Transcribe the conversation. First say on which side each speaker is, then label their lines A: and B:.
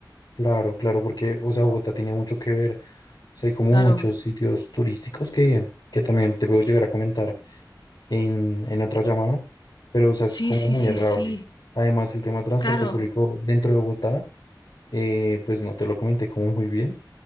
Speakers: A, on the left (about 65°); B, on the left (about 80°).
A: Claro, claro, porque, o sea, Bogotá tiene mucho que ver. O sea, hay como
B: Claro.
A: muchos sitios turísticos que, que también te puedo llegar a comentar en, en otra llamada, pero, o sea, es
B: Sí,
A: como
B: sí,
A: muy
B: sí,
A: agradable.
B: sí.
A: Además, el tema de transporte
B: Claro.
A: público
B: <laughs>
A: dentro de Bogotá, eh, pues no te lo comenté como muy bien,